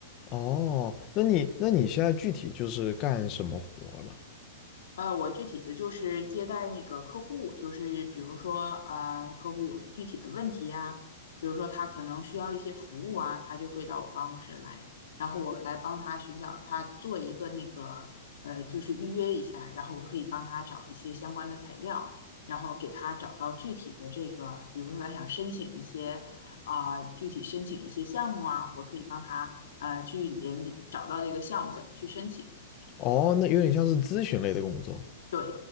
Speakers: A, on the left; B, on the left.
A: 哦，那你那你现在具体就是干什么活了？
B: 呃，我具体的就是接待那个客户，就是比如说，呃，客户有具体的问题呀、比如说他可能需要一些服务啊，他就会到我办公室来，然后我来帮他寻找，他做一个那个，呃，就是预约一下，然后我可以帮他找一些相关的材料，然后给他找到具体的这个，比如说他想申请一些，啊、具体申请一些项目啊，我可以帮他，呃，去连接找到这个项目怎么去申请。
A: 哦，那有点像是咨询类的工作。
B: 对